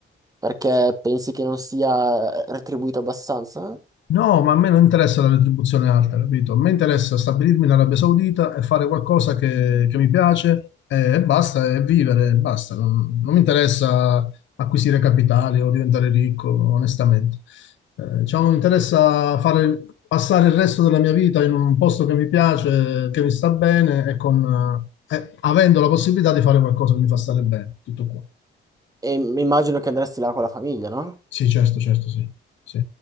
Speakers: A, on the right; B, on the left.
A: perché pensi che non sia eh, retribuito abbastanza?
B: No, ma a me non interessa la retribuzione alta, capito? A me interessa stabilirmi in Arabia Saudita e fare qualcosa che, che mi piace e, e basta, e vivere e basta. Non, non mi interessa acquisire capitali o diventare ricco, onestamente. Eh, diciamo, mi interessa fare, passare il resto della mia vita in un posto che mi piace, che mi sta bene e con, eh, avendo la possibilità di fare qualcosa che mi fa stare bene. Tutto qua.
A: E m- immagino che andresti là con la famiglia, no?
B: Sì, certo, certo, sì. Sì,